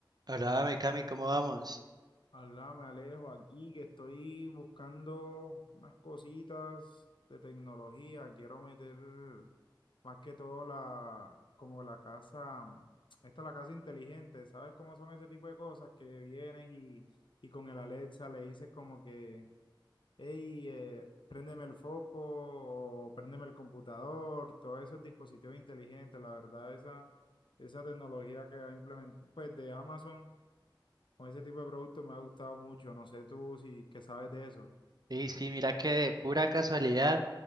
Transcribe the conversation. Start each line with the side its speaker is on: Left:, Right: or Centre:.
Right: Hola, Cami, ¿cómo vamos?
Left: Alá, me alejo aquí que estoy buscando unas cositas de tecnología. Quiero meter más que todo la, como la casa, esta es la casa inteligente. ¿Sabes cómo son ese tipo de cosas? Que vienes y, y con el Alexa le dices como que, hey, eh, préndeme el foco, o préndeme el computador, todos esos dispositivos inteligentes. La verdad, esa, esa tecnología que ha implementado, pues de Amazon. Con ese tipo de productos me ha gustado mucho. No sé tú si que sabes de eso.
Right: Sí, sí, mira que de pura casualidad,